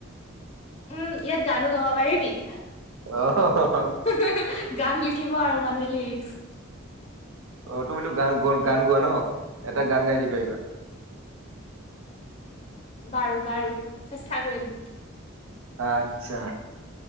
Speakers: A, on the left; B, on the right.
A: উম, ইয়াত গানো গাব পাৰি নেকি?
B: অ', হ, হ।
A: হা, হা, হা, গান লিখিব আৰু। মানুহে লিৰিক্স।
B: অ', তুমিতো গান গান গোৱা ন এটা গান গাই দিবা এইবাৰ।
A: বাৰু বাৰু চেষ্টা কৰিম।
B: আচ্ছা